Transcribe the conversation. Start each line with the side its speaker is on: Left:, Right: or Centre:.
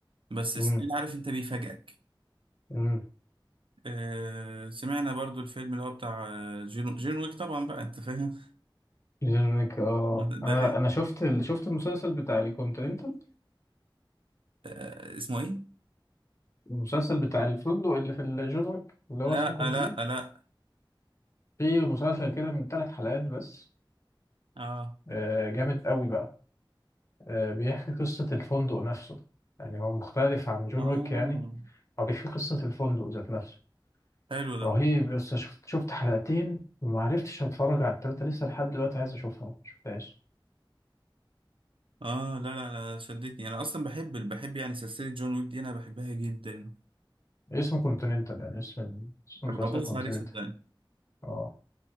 Right: بس
Left: امم
Right: ستيل عارف انت بيفاجئك
Left: امم
Right: آه... سمعنا برضو الفيلم اللي هو بتاع آه، جون جون ويك طبعا بقى انت فاهم
Left: جون ويك. اه
Right: ما ت- <laughs>
Left: انا
Right: ده لا
Left: انا شفت ال... شفت المسلسل بتاع الكونتيننتال
Right: آه... اسمه ايه
Left: المسلسل بتاع الفندق اللي في الجورك اللي
Right: لا
Left: هو اسمه كونتيننت
Right: لا لا
Left: في مسلسل كده من ثلاث حلقات بس
Right: اه
Left: آه، جامد قوي بقى آه، بيحكي قصة الفندق نفسه يعني هو مختلف عن جون
Right: اه
Left: ويك يعني هو بيحكي قصة الفندق ذات نفسه
Right: حلو ده
Left: رهيب بس شفت شفت حلقتين وما عرفتش هتفرج على التلاتة لسه لحد دلوقتي عايز اشوفها ما شفتهاش
Right: اه لا لا لا شدتني انا اصلا بحب بحب يعني سلسلة جون ويك دي انا بحبها جدا
Left: اسمه كونتيننتال يعني اسم اسم المسلسل
Right: ابقى ابص
Left: كونتيننتال
Right: عليه صدقني
Left: اه